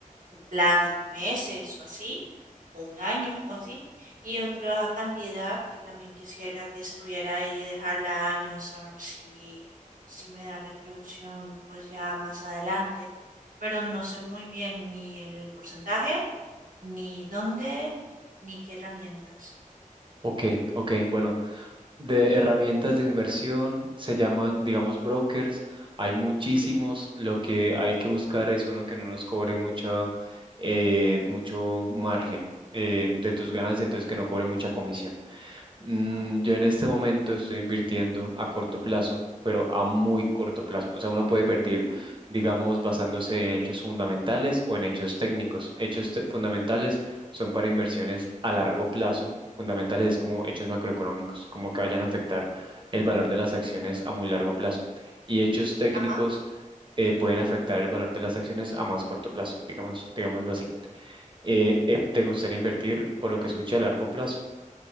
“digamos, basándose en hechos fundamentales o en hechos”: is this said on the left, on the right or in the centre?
Right